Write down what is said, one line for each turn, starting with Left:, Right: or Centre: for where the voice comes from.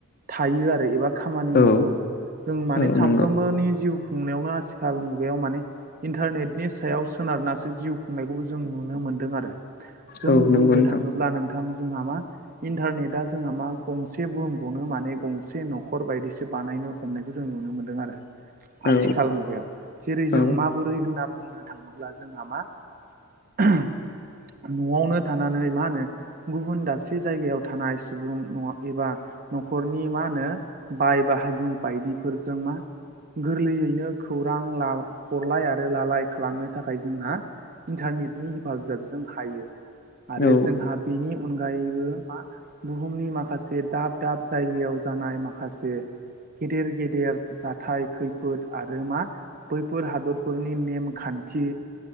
Right: थायो आरो एबा खामानि
Left: औ
Right: मावो आरो जों माने
Left: औ
Right: सानफ्रोमबोनि
Left: नंगौ
Right: जिउ खुंनायावनो आथिखाल मुगायाव माने इन्टारनेटनि सायाव सोनारनासो जिउ खुंनायखौबो जों नुनो मोनदों आरो। जों
Left: औ
Right: बुंनो
Left: नंगौ नोंथां
Right: अब्ला नोंथां जोंहा मा इन्टारनेटा जोंहा मा गंसे बुहुमखौनो माने गंसे न'खर बायदिसो बानायनो हमनायखौ जों नुनो मोन्दों आरो। आथिखाल
Left: औ
Right: मुगायाव जेरै जों
Left: औ
Right: माबोरै होनना बुंनो थाङोब्ला जोंहा मा <unintelligible> न'आवनो थानानै मा होनो गुबुन दाबसे जायगायाव थानाय सुबुं नङा एबा न'खरनि मा होनो बाय बाहागि बायदिफोरजों मा गोरलैयैनो खौरां ला हरलाय आरो लालाय खालामनो थाखाय जोंहा इन्टारनेटनि हेफाजाबजों हायो आरो
Left: औ
Right: जोंहा बेनि अनगायैबो मा बुहुमनि माखासे दाब दाब जायगायाव जानाय माखासे गेदेर गेदेर जाथाय खैफोद आरो मा बैफोर हादरफोरनि नेमखान्थि